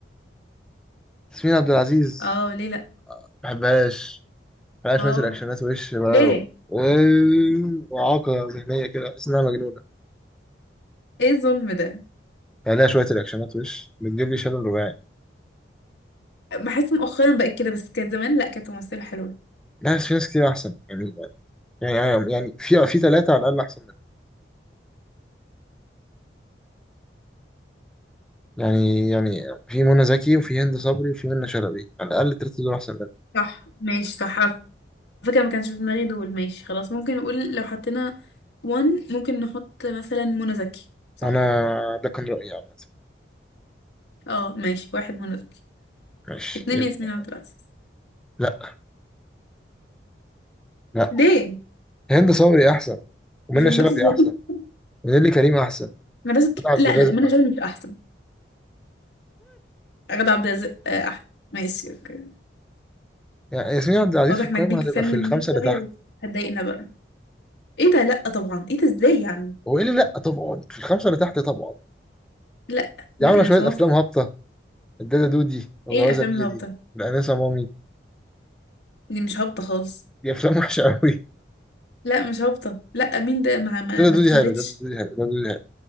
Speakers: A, in the centre; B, on the left.
A: ياسمين عبد العزيز
B: اه ليه لا
A: ما بحبهاش بقى
B: اه
A: شوية الأكشنات وش بقى
B: ليه
A: و... و- وإعاقة ذهنية كده بحس إنها مجنونة
B: ايه الظلم ده
A: يعني لها شوية الأكشنات وش بتجيب لي شلل رباعي
B: بحس مؤخرا بقت كده بس كانت زمان لا كانت ممثلة حلوة
A: ناس في ناس كتير أحسن يعني يعني يعني يعني في في ثلاثة على الأقل أحسن منها يعني يعني في منى زكي وفي هند صبري وفي منى شلبي على الأقل التلاتة دول أحسن منها
B: صح ماشي صح على فكرة ما كانش في دماغي دول ماشي خلاص ممكن نقول لو حطينا وان ممكن نحط مثلا منى زكي صح
A: وأنا ده كان رأيي عامة
B: اه ماشي واحد منى زكي
A: ماشي
B: اتنين
A: يبقى
B: ياسمين عبد العزيز
A: لأ لأ
B: ليه؟
A: هند صبري أحسن ومنى
B: يخرب
A: شلبي
B: بيت الظلم
A: أحسن
B: <laughs>
A: ونيلي كريم أحسن
B: انا بس
A: وده عبد
B: لا
A: الرازق
B: لا منى
A: أحسن
B: شلبي مش احسن غادة عبد الرازق آه، احسن ماشي اوكي
A: يعني ياسمين عبد العزيز
B: واضح
A: في القائمة
B: انك بيج
A: هتبقى
B: فان
A: في
B: لمنى
A: الخمسة
B: شلبي
A: اللي تحت
B: وهتضايقنا بقى ايه ده لا طبعا ايه ده ازاي يعني
A: وإيه اللي لأ طبعا في الخمسة اللي تحت طبعا
B: لا
A: دي
B: م-
A: عامله
B: انا
A: شويه
B: مش موافقة
A: افلام هابطه الدادا دودي وجوازه
B: ايه الافلام
A: ميري
B: الهابطة
A: والانسه مامي
B: دي مش هابطة خالص
A: دي افلام <laughs> وحشه قوي
B: لا مش هابطة لا مين ده ما, ما,
A: دادا
B: ما
A: دودي
B: فشلتش
A: حلو دادا دودي حلو دادا دودي حلو